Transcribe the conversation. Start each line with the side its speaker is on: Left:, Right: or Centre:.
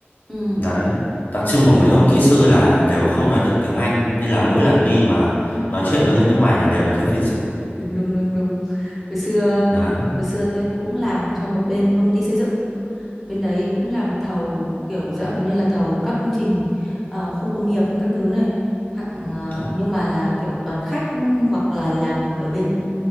Centre: ừ,
Left: đấy đặc trưng của mấy ông kỹ sư là đều không nói được tiếng Anh nên là mỗi lần đi mà nói chuyện với người nước ngoài là đều phải thuê phiên dịch
Centre: đúng đúng đúng đúng hồi xưa
Left: đấy
Centre: hồi xưa tôi cũng làm cho một bên công ty xây dựng bên đấy cũng làm thầu kiểu dạng như là thầu các công trình ờ, khu công nghiệp các thứ này hạng ờ,
Left: Ờ.
Centre: nhưng mà là kiểu toàn khách hoặc là làm ở bên